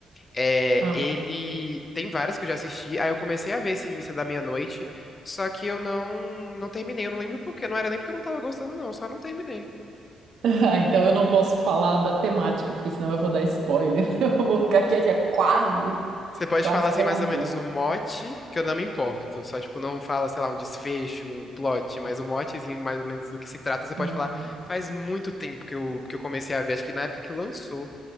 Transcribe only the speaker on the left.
É,
ele
tem várias que eu já assisti, aí eu comecei a ver esse Missa da Meia-Noite, só que eu não não terminei, eu não lembro por quê, não era nem porque eu não tava gostando, não, só não terminei.
Você pode
falar assim
mais
ou menos o mote, que eu não me importo, só tipo, não fala, sei lá, um desfecho, um plot, mas o motezinho mais ou menos do que se trata, você pode
falar, faz muito tempo que eu, que eu comecei a ver, acho que na época que lançou,